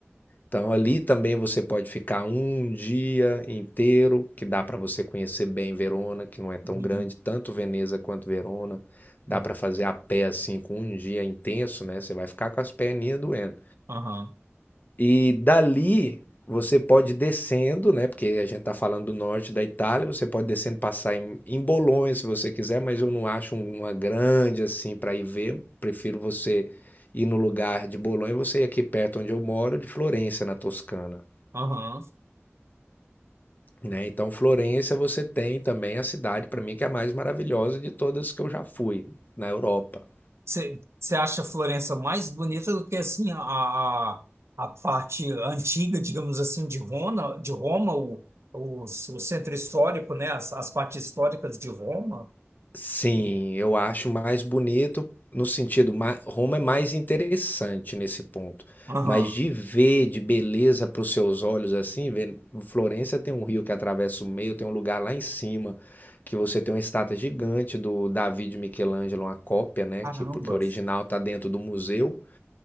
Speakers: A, on the left; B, on the right.
A: Então ali também você pode ficar um dia inteiro, que dá para você conhecer bem Verona, que não é tão
B: uhum,
A: grande, tanto Veneza quanto Verona. Dá
B: uhum,
A: para fazer a pé assim com um dia intenso, né? Você vai ficar com as perninhas doendo.
B: aham,
A: E dali você pode ir descendo, né? Porque a gente está falando do norte da Itália, você pode descendo passar em, em Bolonha se você quiser, mas eu não acho um- uma grande assim para ir ver. Prefiro você ir no lugar de Bolonha, você ir aqui perto onde eu moro, de Florença, na Toscana.
B: aham.
A: Né? Então, Florença você tem também a cidade, para mim, que é a mais maravilhosa de todas que eu já fui na Europa.
B: Você você acha Florença mais bonita do que assim a, a, a parte antiga, digamos assim, de Roma, de Roma, o, o, o centro histórico, né? As, as partes históricas de Roma?
A: Sim, eu acho mais bonito no sentido, ma Roma é mais interessante nesse ponto,
B: Aham,
A: mas de ver de beleza para os seus olhos, assim, ver Florença tem um rio que atravessa o meio, tem um lugar lá em cima que você tem uma estátua gigante do Davi de Michelangelo, uma cópia, né,
B: Caramba.
A: que porque o original está dentro do museu.